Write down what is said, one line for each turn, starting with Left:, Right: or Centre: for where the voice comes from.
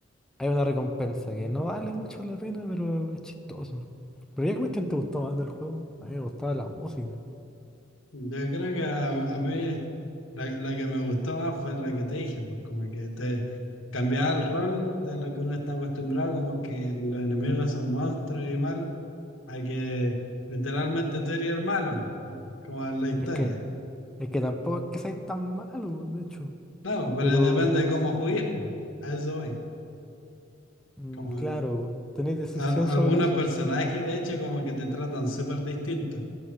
Centre: hay una recompensa que no vale mucho la pena, pero es chistoso. Pero ¿qué cuestión te gustó más del juego? A mí me gustaba la música.
Left: Yo creo que a, a mí la, la que me gustó más fue la que te dije, pues como que te cambiaba el rol de lo que uno está acostumbrado, como que los enemigos son monstruos y malos, a que literalmente tú eres el malo, pues, como en la historia.
Centre: Es que, es que tampoco es que seáis tan malo, de hecho.
Left: No, pero
Centre: Pero,
Left: depende de cómo juegues, pues. A eso voy.
Centre: mm,
Left: Como
Centre: claro,
Left: al-
Centre: tenéis decisión
Left: a-
Centre: sobre
Left: algunos
Centre: eso.
Left: personajes, de hecho, como que te tratan súper distinto,